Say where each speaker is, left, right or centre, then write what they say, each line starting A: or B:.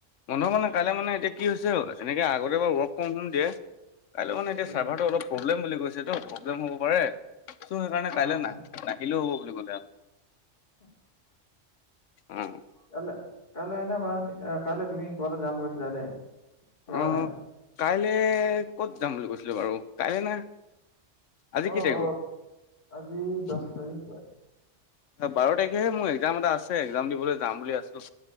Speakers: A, on the left; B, on the left.
A: বন্ধ মানে কাইলে মানে এতিয়া কি হৈছে এনেকে আগতে বাও ৱৰ্ক ফ্ৰম হুম দিয়ে। কাইলে মানে এতিয়া
B: উম।
A: চাৰ্ভাৰটো অলপ প্ৰব্লেম বুলি কৈছেতো প্ৰব্লেম হ'ব পাৰে টো সেইকাৰণে
B: অ', অ'
A: কাইলে না- নাহিলেও হ'ব বুলি ক'লে আও।
B: অঁ'
A: উম
B: কাইলে, কাইলে এনে বাৰ কাইলে তুমি কবালে যাম কৈছিলা যে, যাবা
A: অ',
B: নাই?
A: কাইলে ক'ত যাম বুলি কৈছিলো বাৰু? কাইলৈ না? আজি
B: অ',
A: কি তাৰিখ
B: অ'
A: বাৰু?
B: আজি দহ তাৰিখ হয়।
A: বাৰ তাৰিখেহে মোৰ একজাম এটা আছে, একজাম দিবলে যাম বুলি আছো।